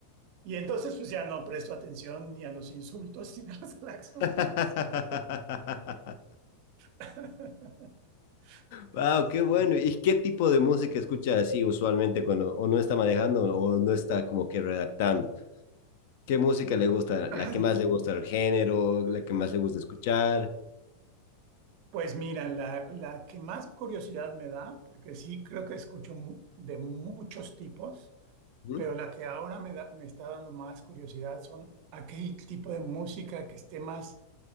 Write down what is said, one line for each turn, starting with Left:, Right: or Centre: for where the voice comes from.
Right: Y entonces, pues ya no presto atención ni a los insultos <laughs> ni a los <laughs> claxonazos.
Left: <laughs>
Right: <laughs>
Left: Wow,
Right: Sí, sí,
Left: qué bueno.
Right: sí.
Left: ¿Y qué tipo de música escucha así usualmente cuando o no está manejando o no está como que redactando? ¿Qué música le gusta? ¿La
Right: <clears throat>
Left: que más le gusta el género? ¿La que más le gusta escuchar?
Right: Pues mira, la, la que más curiosidad me da, porque sí creo que escucho mu- de muchos tipos,
Left: Ujú.
Right: pero la que ahora me da- me está dando más curiosidad son aquel tipo de música que esté más